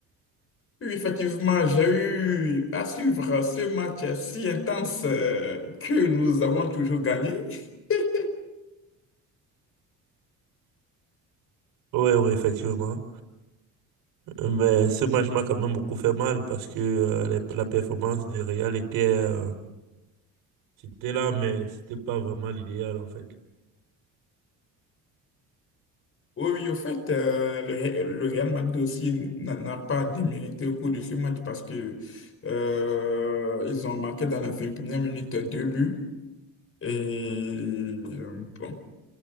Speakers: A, on the left (about 40°); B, on the right (about 75°).
A: oui, effectivement, j'ai eu à suivre ce match si intense euh, que nous avons toujours gagné. <laughs>
B: Ouais, ouais, effectivement. Mais ce match m'a quand même beaucoup fait mal parce que euh, les- la performance de Real était, euh, c'était là, mais c'était pas vraiment l'idéal en fait.
A: Oui, oui, au fait, euh, le, Ré- le Real Madrid aussi n'a n'a pas démérité au cours de ce match parce que euh, ils ont marqué dans la 21e minute deux buts. Et euh, bon,